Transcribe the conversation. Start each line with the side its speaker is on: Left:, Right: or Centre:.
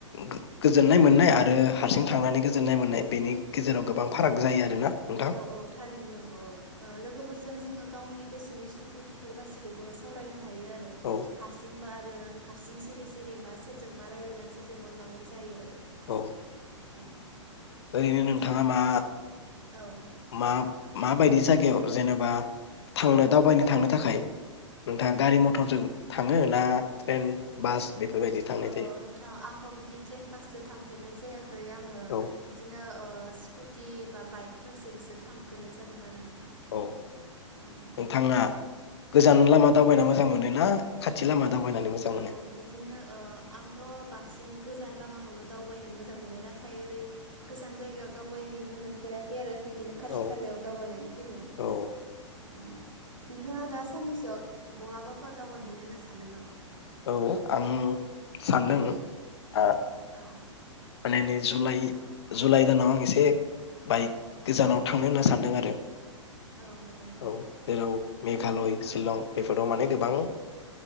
Left: गो गोजोननाय मोननाय आरो हारसिं थांनानै गोजोननाय मोननाय बेनि गेजेराव गोबां फाराग जायो आरोना। नोंथां
Right: औ औ थारैनो नंगौ औ ओ लोगोफोरजों जोङो गावनि गोसोनि सुख खु दुखु गासिखौबो सावरायना हायो आरो
Left: औ
Right: हारसिंबा रो हारसिं सिरि-सिरि मा सोरजों मा रायलायगोन सोरजों मा मागोन जायो आरो
Left: औ
Right: औ
Left: ओरैनो
Right: नंगौ ओ
Left: नोंथाङा मा
Right: औ
Left: मा माबायदि जायगायाव जेनेबा थांनो दावबायनो थांनो थाखाय नोंथाङा
Right: औ
Left: गारि मथरजों थाङो ना ट्रेन बास बेफोरबायदि थांनाय
Right: औ
Left: जायो
Right: नोंथां आंथ' बिदि ट्रेन बासजों थांफेरनाय जायाखै आङो
Left: औ
Right: बिदिनो ओ स्कुटि बा बाइक फोरजोंसो थांफेरनाय जादों आरो नोंथां।
Left: औ नोंथाङा
Right: औ नंगौ
Left: गोजान
Right: औ
Left: लामा दावबायना मोजां मोन ना खाथि लामा दावबायनानै मोजां मोनो
Right: औ बिदिनो ओ आंथ' बांसिन गोजान लामा नो दावबायनो मोजां मोनो नाथाय ओरै गोजान जायगायाव दावबाय हैैनो मोनफेराखै आरो बि दिनो खाथि
Left: औ
Right: खालायावनो दावबायनानै फैदों।
Left: औ
Right: औ नोंथाङा दा साननैसोआव बहाबाफोर दावबायहैनो होनना सानदों नामा?
Left: औ आं सानदों ओ
Right: औ
Left: नै जुलाइ जुलाइ दानाव आं एसे बाइक
Right: औ
Left: गोजानाव थांनो होनना सानदों आरो।
Right: औ नंगौ नोंथां
Left: औ जेराव मेघालय
Right: बिदिनो
Left: शिलं
Right: औ
Left: बेफोराव माने गोबां
Right: औ